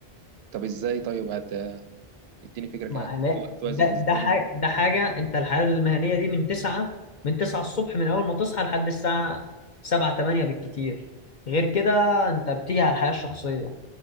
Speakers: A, on the right (about 85°); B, on the left (about 55°).
A: طب ازاي طيب هت- اديني فكرة كده
B: ما
A: هت-
B: لا
A: توازن
B: ده
A: ازاي
B: ده حاجة
A: بينهم
B: ده حاجة أنت الحياة المهنية دي من تسعة من تسعة الصبح من أول ما تصحى لحد الساعة سبعة تمانية بالكتير غير كده أنت بتيجي على الحياة الشخصية